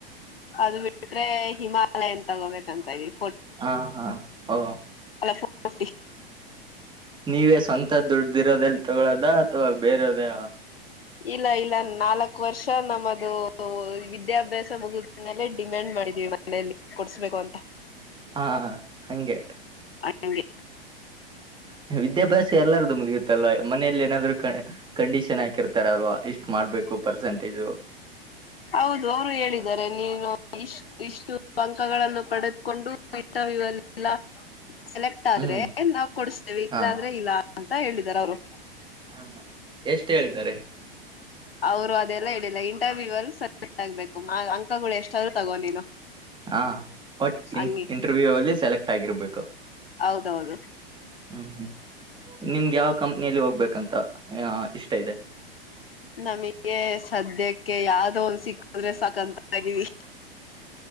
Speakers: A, on the left; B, on the right.
A: ಅದು ಬಿಟ್ರೆ ಹಿಮಾಲಯನ್ ತಗೋಬೇಕಂತ ಇದವಿ
B: ಹಾ ಹಾ ಓ
A: ಅಲ್ಲ ಫೋರ್ ಫಿಫ್ಟಿ
B: ನೀವೇ ಸ್ವಂತ ದುಡ್ದಿರೋದೆಲ್ಲಿ ತೊಗೊಲೊದ ಅಥವಾ ಬೇರೋದೇ
A: ಇಲ್ಲ ಇಲ್ಲ ನಾಲ್ಕ್ ವರ್ಷ ಷ ನಮ್ಮದು ವಿದ್ಯಾಭ್ಯಾಸ ಮುಗಿದ ಮೇಲೆ ಡಿಮ್ಯಾಂಡ್ ಮಾಡಿದ್ವಿ ಮನೆಯಲ್ಲಿ ಕೊಡ್ಸ್ಬೇಕು ಅಂತ
B: ಹಾ ಹಂಗೆ
A: ಹಂಗೆ
B: ಹ್ಮ್ ವಿದ್ಯಾಭ್ಯಾಸ ಎಲ್ಲಾರ್ದು ಮುಗಿಯುತ್ತಲ್ಲ ಮನೆಯಲ್ಲಿ ಏನಾದ್ರು ಕಣ್ ಕಂಡೀಷನ್ ಹಾಕಿರ್ತಾರಲ್ವಾ ಇಷ್ಟ್ ಮಾಡ್ಬೇಕು ಪರ್ಸಂಟೇಜು
A: ಹೌದು ಅವರು ಹೇಳಿದ್ದಾರೆ ನೀನು ಇಷ್ಟ ಇಷ್ಟು ಅಂಕಗಳನ್ನು ಪಡೆದುಕೊಂಡು <unintelligible> ಸೆಲೆಕ್ಟ್ ಆದ್ರೆ
B: ಹ್ಮ್
A: ನಾವ್ ಕೊಡಸ್ಟೀವಿ ಇಲ್ಲಾದ್ರೆ
B: ಹಾ
A: ಇಲ್ಲ ಅಂತ ಹೇಳಿದಿದ್ದಾರೆ ಅವರು
B: ಹ ಎಷ್ಟು ಹೇಳಿದಾರೆ?
A: ಅವರು ಅದೆಲ್ಲಾ ಹೇಳಿಲ್ಲ ಇಂಟರ್ವ್ಯೂ ಅಲ್ಲಿ ಸೆಲೆಕ್ಟ್ ಆಗ್ಬೇಕು ಅಂಕಗಳು ಎಷ್ಟಾದ್ರು ತಗೋ ನೀನು
B: ಹಾ ವಟ್
A: ಹಂಗಿ
B: ಇಂಟರ್ವ್ಯೂ ಅಲ್ಲಿ ಸೆಲೆಕ್ಟ್ ಆಗಿರ್ಬೇಕು
A: ಹೌದೌದು
B: ಹ್ಮ್ ಹ್ಮ್ ನಿಮ್ಗೆ ಯಾವ ಕಂಪ್ನಿಯಲ್ಲಿ ಹೋಗ್ಬೇಕಂತ ಇಷ್ಟ ಇದೆ
A: ನಮಗೆ ಸದ್ಯಕ್ಕೆ ಯಾವ್ದ ಒಂದು ಸಿಕ್ಕದ್ರೆ ಸಾಕಂತ ಇದೀವಿ